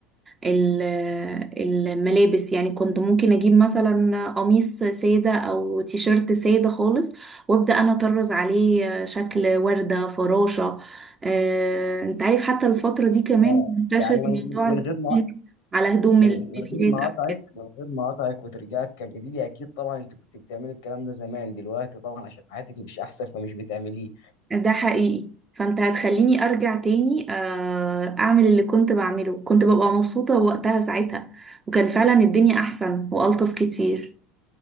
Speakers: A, on the right (about 20°); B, on the left (about 80°).
A: ال- الملابس يعني كنت ممكن اجيب مثلا قميص سادة او تيشيرت سادة خالص وابدأ انا اطرز عليه شكل وردة فراشة اه انت عارف حتى الفترة دي كمان
B: آه،
A: منتشر
B: يعني من
A: موضوع
B: من
A: التطريز
B: غير ما
A: على هدوم
B: من
A: البيبيات
B: من غير ما
A: او
B: أقاطعك
A: كده.
B: من غير ما أقاطعك وترجعك كان جديد أكيد طبعا أنت كنت بتعملي الكلام ده زمان دلوقتي طبعا عشان حياتك مش أحسن فمش بتعمليه
A: ده حقيقي فانت هتخليني ارجع تاني آه، اعمل اللي كنت بعمله كنت ببقى مبسوطة وقتها ساعتها وكان فعلا الدنيا احسن والطف كتير